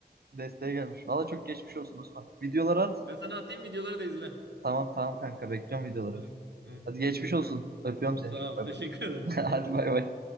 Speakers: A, on the right (about 65°); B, on the right (about 80°).
A: desteğe gelmiş. Valla çok geçmiş olsun Osman. Videoları at.
B: Ben sana atayım videoları da izle.
A: Tamam tamam kanka bekliyorum
B: Hı.
A: videoları.
B: Hadi, Hı.
A: Hadi geçmiş
B: hadi öpüyorum.
A: olsun. Öpüyorum seni
B: Sağ
A: çok
B: ol.
A: bay
B: Teşekkür
A: bay.
B: ederim.
A: <laughs> Hadi bay bay.